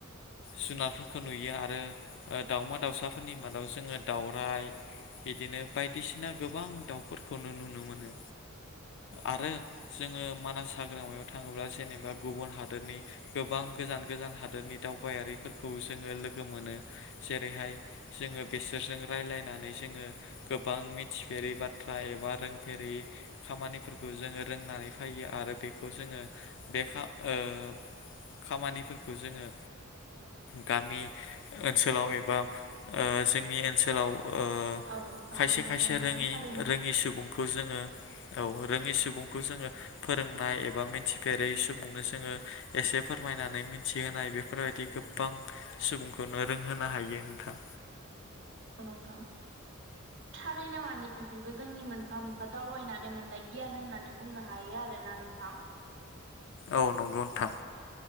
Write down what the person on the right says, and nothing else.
औ नंगौ
नंगौ नंगौ
नोंथां
थारैनो
अ नंथां थारैनो माने बिफोरबो जोंनि मोनफा मोनफा दावबायनानै मोननाय गियान होननानै बुंनो हायो आरोना नोंथां